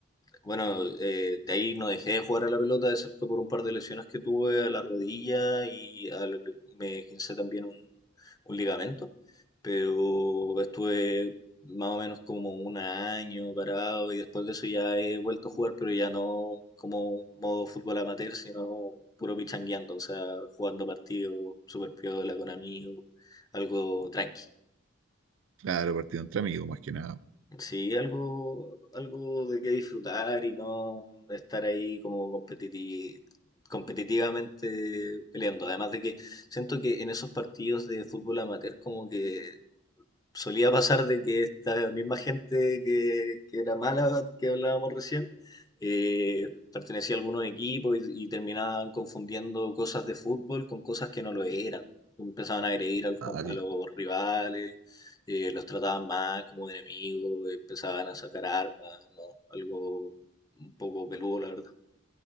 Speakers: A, on the left; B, on the right.
A: bueno, eh, de ahí no dejé de jugar a la pelota, excepto por un par de lesiones que tuve a la rodilla y al- me gincé también un, un ligamento. Pero estuve más o menos como un año parado y después de eso ya he vuelto a jugar, pero ya no como modo fútbol amateur, sino puro pichangueando, o sea, jugando partidos super piola con amigos, algo tranqui.
B: Claro, partido entre amigos, más que nada.
A: Sí, algo, algo de qué disfrutar y no estar ahí como competiti- competitivamente peleando. Además de que siento que en esos partidos de fútbol amateur como que solía pasar de que esta misma gente que, que era mala, que hablábamos recién, eh, pertenecía a algunos equipos y, y terminaban confundiendo cosas de fútbol con cosas que no lo eran. Empezaban a agredir a los,
B: Ah,
A: com- a los rivales, eh, los trataban mal como de enemigos, empezaban a sacar armas, ¿no? Algo un poco peludo, la verdad.